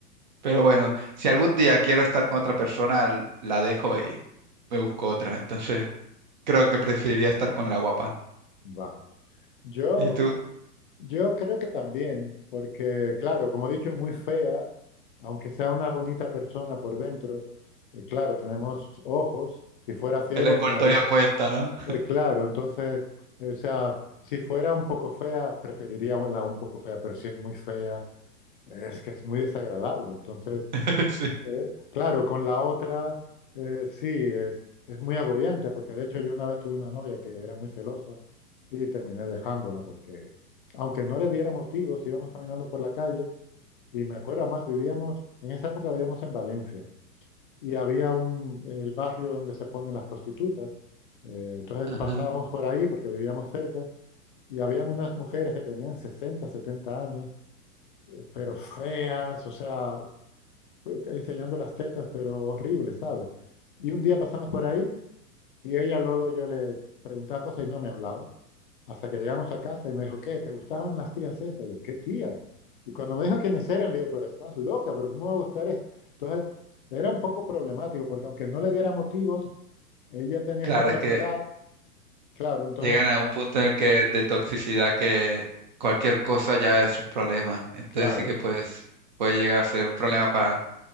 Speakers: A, on the right (about 30°); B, on the left (about 35°).
A: pero bueno, si algún día quiero estar con otra persona, l- la dejo y me busco otra. Entonces, creo que preferiría estar con la guapa.
B: <laughs> vale. Yo,
A: ¿Y tú?
B: yo creo que también, porque claro, como he dicho, muy fea, aunque sea una bonita persona por dentro, eh, claro, tenemos ojos, si fuera ciego
A: El envoltorio
B: me daría...
A: cuenta, ¿no?
B: eh, claro, entonces, eh, o sea, si fuera un poco fea, preferiría la un poco fea, pero si es muy fea, eh, es que es muy desagradable, entonces
A: <laughs> Sí.
B: Eh, claro, con la otra, eh, sí, es, es muy agobiante, porque de hecho yo una vez tuve una novia que era muy celosa y terminé dejándola, porque aunque no le diera motivos, íbamos caminando por la calle y me acuerdo, además vivíamos, en esa época vivíamos en Valencia y había un, el barrio donde se ponen las prostitutas, eh, entonces
A: Ajá.
B: pasábamos por ahí porque vivíamos cerca y habían unas mujeres que tenían 60 70 años, eh, pero feas, o sea, eh, enseñando las tetas, pero horrible, ¿sabes? Y un día pasamos por ahí y ella luego yo le preguntaba cosas y no me hablaba. Hasta que llegamos a casa y me dijo, ¿qué? ¿Te gustaban las tías esas? Y yo, ¿qué tías? Y cuando me dijo quiénes eran, le digo, pero estás loca, pero ¿cómo me va a gustar eso? Entonces, era un poco problemático porque aunque no le diera motivos, ella tenía
A: Claro,
B: esa enfermedad,
A: es que
B: claro, entonces,
A: llegan a
B: ah,
A: un punto en el que de toxicidad que cualquier cosa ya es un problema. Entonces
B: claro,
A: sí que pues puede llegar a ser un problema para